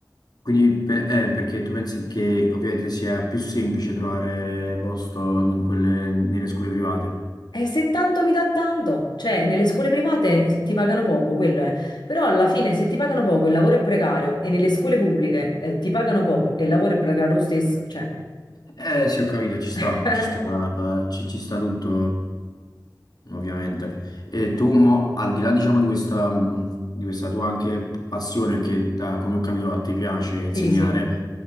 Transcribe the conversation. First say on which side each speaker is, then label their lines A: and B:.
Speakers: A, on the left; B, on the left.
A: Quindi pe- eh, perché tu pensi che ovviamente sia più semplice trovare posto in quelle- nelle scuole private?
B: E se tanto mi dà tanto, cioè nelle scuole private ti pagano poco, quello è. Però alla fine se ti pagano poco e il lavoro è precario e nelle scuole pubbliche eh, ti pagano poco e il lavoro è precario lo stesso, cioè...
A: Eh sì, ho capito, ci sta,
B: <laughs>
A: ci sta, ci, ci sta tutto, ovviamente. E tu, mo, al di là, diciamo, di questa, mh, di questa tua anche passione che, da, come ho capito, a te piace insegnare,
B: Sì, sì.